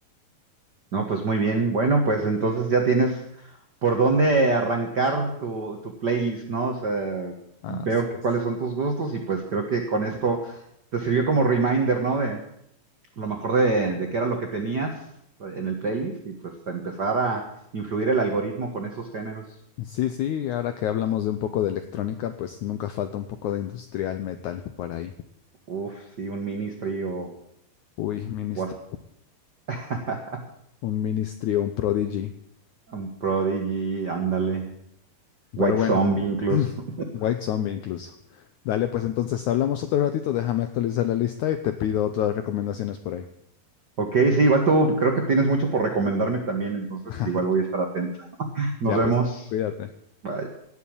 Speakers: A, on the right; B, on the left.
A: No, pues muy bien. Bueno, pues entonces ya tienes por dónde arrancar tu, tu playlist, ¿no? O sea,
B: Así
A: veo que-
B: es.
A: cuáles son tus gustos y pues creo que con esto te sirvió como reminder, ¿no? De lo mejor de, de qué era lo que tenías en el playlist y pues a empezar a influir el algoritmo con esos géneros.
B: Sí, sí, ahora que hablamos de un poco de electrónica, pues nunca falta un poco de industrial metal por ahí.
A: Uf, sí, un Ministry o,
B: Uy, ministro,
A: o hasta <laughs>
B: un ministry o un prodigy.
A: un Prodigy, ándale. White
B: Pero bueno,
A: Zombie incluso.
B: <clears throat>
A: <laughs>
B: White Zombie incluso. Dale, pues entonces hablamos otro ratito, déjame actualizar la lista y te pido otras recomendaciones por ahí.
A: Ok, sí, igual tú creo que tienes mucho por recomendarme también, entonces
B: <laughs>
A: igual
B: Aquí
A: voy a
B: está.
A: estar atento. Nos
B: Ya
A: vemos.
B: pues, cuídate.
A: Bye.